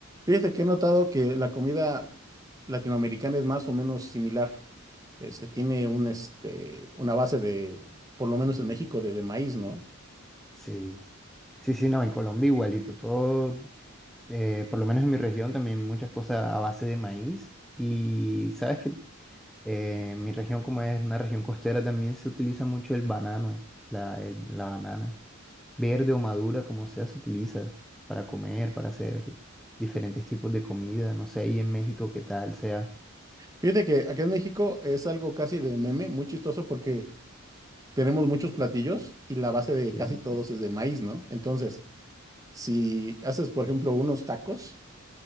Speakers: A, on the right; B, in the centre.
A: Fíjate que he notado que la comida latinoamericana es más o menos similar. Este, tiene un, este, una base de, por lo menos en México, de, de maíz, ¿no?
B: Sí, sí, sí, no, en Colombia igualito, todo, eh, por lo menos en mi región también muchas cosas a base de maíz y sabes que eh, mi región como es una región costera también se utiliza mucho el banano, la, el- la banana, verde o madura, como sea, se utiliza para comer, para hacer diferentes tipos de comida, no sé, y en México qué tal sea.
A: Fíjate que aquí en México es algo casi de meme, muy chistoso porque tenemos muchos platillos y la base de
B: Sí.
A: casi todos es de maíz, ¿no? Entonces, si haces, por ejemplo, unos tacos,